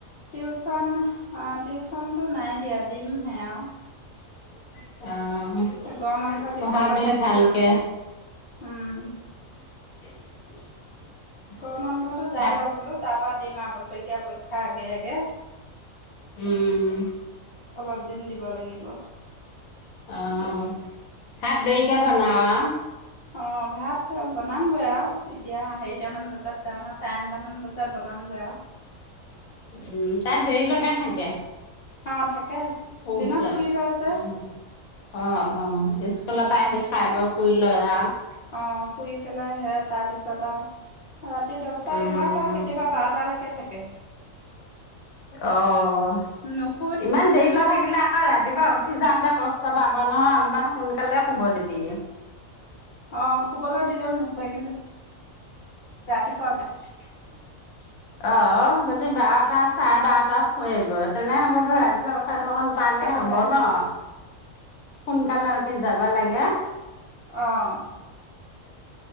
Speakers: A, on the left; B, on the left.
A: টিউচন আ টিউচনটো নাই দিয়া দিম সে আৰু।
B: <unintelligible>
A: এ গৰম বন্ধ পিছৰ
B: পঢ়াবি
A: পৰাহে
B: ভালকে
A: দিম আ উম।
B: <inaudible>
A: গৰম বন্ধতো যাই
B: ভাত
A: লওক বোলো তাৰপা দিম আ বছৰেকীয়া পৰীক্ষা আগে, আগে।
B: উম,
A: অলপ দিন দিব লাগিব।
B: অ'ভাত দেৰিকে বনাও আওঁ?
A: অ' ভাত- ছাত বনামগৈ আৰু এতিয়া হেৰিটামান বজাত যাম আ চাৰে নটামান বজাত বনামগে আৰু।
B: উম, তাত দেৰিলৈকে থাকে।
A: অ' থাকে।
B: <unintelligible> অ'
A: দিনত শুই লয় যে
B: অ' স্কুলৰ পৰা আহি খাই বৈ শুই লয় আহ।
A: অ' শুই পেলাই সে তাৰ পিছত অ' ৰাতি দছটা,
B: উম,
A: এঘাৰটা কেতিয়াবা বাৰটালৈকে থাকে।
B: অ'
A: নুশুৱে
B: ইমান দেৰিলৈ থাকিলে আকৌ ৰাতিপুৱা উঠ উঠি যাওঁতে কষ্ট পাব নহয় অলপমান সোনকালে শুব দিবি।
A: অ' শুবলৈ দিলেও নুশুৱে কিন্তু ৰাতিপুৱা উ
B: <inaudible> অ', যদি বাৰটা, চাৰে বাৰটাত শুৱেগৈ তেনেহলেটো ৰাতিপুৱা উথাটো অকন টানে
A: উঠিব
B: হ'ব
A: পাৰে
B: ন, সোনকালে উঠি যাবা লাগে।
A: অ',